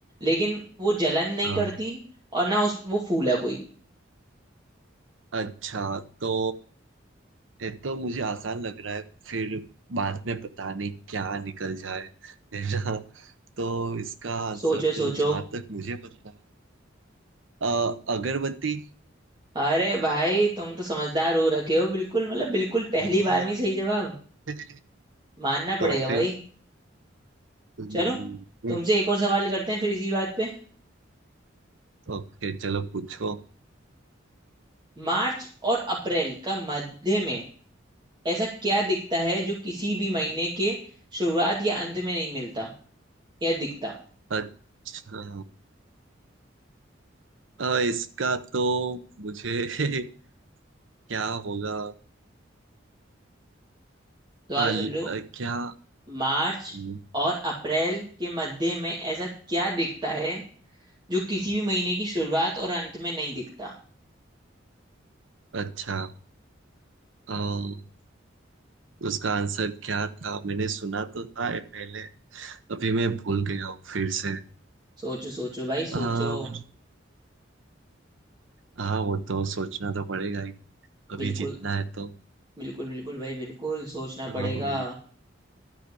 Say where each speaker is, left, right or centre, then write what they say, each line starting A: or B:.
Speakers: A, on the right; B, on the right.
A: लेकिन वो जलन नहीं
B: हाँ
A: करती और ना उस वो फूल है कोई
B: अच्छा तो ये तो मुझे आसान लग रहा है फिर बाद में पता नहीं क्या निकल जाए है ना तो इसका आंसर
A: सोचो
B: तो
A: सोचो
B: जहां तक मुझे पता है अ, अगरबत्ती
A: अरे भाई तुम तो समझदार हो रखे हो बिल्कुल मतलब बिल्कुल पहली
B: हाँ
A: बार में ही सही जवाब
B: <laughs>
A: मानना पड़ेगा
B: तो फिर
A: भाई
B: हम्म,
A: चलो तुमसे एक और सवाल करते हैं फिर इसी बात पे
B: ओके चलो पूछो
A: मार्च और अप्रैल का मध्य में ऐसा क्या दिखता है जो किसी भी महीने के शुरुआत या अंत में नहीं मिलता या दिखता
B: अच्छा अ, इसका तो मुझे <laughs> क्या होगा
A: दोबारा
B: अल
A: सुन लो
B: अ, क्या
A: मार्च
B: हम्म,
A: और अप्रैल के मध्य में ऐसा क्या दिखता है जो किसी भी महीने की शुरुआत और अंत में नहीं दिखता
B: अच्छा अम, उसका आंसर क्या था मैंने सुना तो था ये पहले अभी मैं भूल गया हूँ फिर से
A: सोचो सोचो भाई
B: अम,
A: सोचो
B: हाँ वो तो सोचना तो पड़ेगा ही अभी
A: बिल्कुल
B: जीतना है तो
A: बिल्कुल बिल्कुल भाई बिल्कुल सोचना
B: अम,
A: पड़ेगा